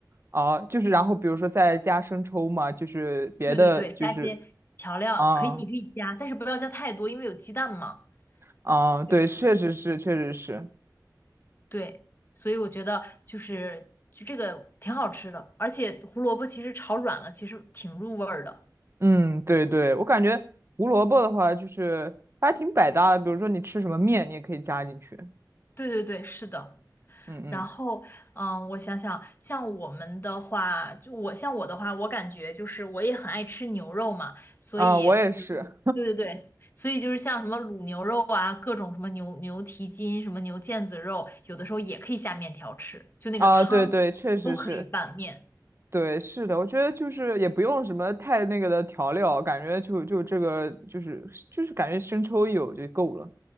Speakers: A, on the right; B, on the left.
A: 哦，就是然后比如说再加生抽嘛，就是别的就是
B: 对对对，加一些调料，
A: 啊
B: 可以，你可以加，但是不要加太多，因为有鸡蛋嘛，
A: 啊，对，
B: 就是
A: 确实是确实是，
B: 对，所以我觉得就是就这个挺好吃的，而且胡萝卜其实炒软了，其实挺入味儿的。
A: 嗯，对对，我感觉胡萝卜的话就是它还挺百搭的，比如说你吃什么面，你也可以加进去。
B: 对对对，是的。
A: 嗯嗯，
B: 然后，嗯，我想想，像我们的话，就我像我的话，我感觉就是我也很爱吃牛肉嘛，所以，
A: 啊，我也是，
B: 对对对，所以就是像什么卤牛肉啊，各种什么牛牛蹄筋、什么牛腱子肉，有的时候也可以下面条吃，就那个汤
A: 啊，对对，确实是，
B: 都可以拌面。
A: 对，是的，我觉得就是也不用什么太那个的调料，感觉就就这个就是就是感觉生抽一有就够了，